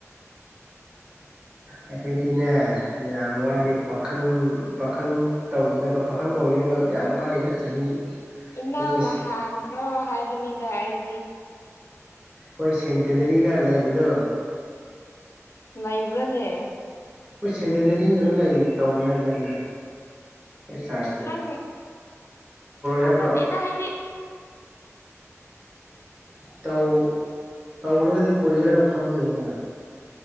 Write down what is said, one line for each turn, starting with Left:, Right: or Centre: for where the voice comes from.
Right: ꯑꯩꯈꯣꯏꯗꯤꯅꯦ ꯌꯥꯝ ꯋꯥꯠꯂꯤ ꯄꯥꯈꯪ ꯄꯥꯈꯪ ꯇꯧꯒꯗꯕ ꯄꯥꯈꯪ ꯑꯣꯏꯒꯗꯕ ꯌꯥꯝ ꯋꯥꯠꯂꯤꯗ ꯆꯍꯤ ꯑꯩꯈꯣꯏꯒꯤ
Left: ꯏꯅꯥꯎꯅ ꯍꯥꯟꯈ꯭ꯔꯣ ꯍꯥꯏꯕꯅꯤꯗ ꯑꯩ
Right: ꯍꯣꯏ ꯁꯦꯟꯇꯦꯅꯔꯤꯒ ꯂꯩꯕꯗꯣ
Left: ꯂꯩꯕ꯭ꯔꯣꯅꯦ
Right: ꯑꯩꯈꯣꯏ ꯁꯦꯟꯇꯦꯅꯔꯤ ꯀꯩꯅꯣ ꯂꯩ ꯇꯧꯅꯤ ꯍꯥꯏꯗꯥꯢꯅꯦ ꯆꯥꯔ
Left: ꯈꯪ ꯊꯖꯗꯦꯗ
Right: ꯍꯥꯏꯕ꯭ꯔꯣ
Left: ꯑꯩꯗꯤ
Right: ꯇꯧ ꯇꯧꯔꯒꯗꯤ ꯀꯣꯏꯔꯒ ꯐꯝꯗꯣꯏꯅꯤ ꯀꯩꯅꯣ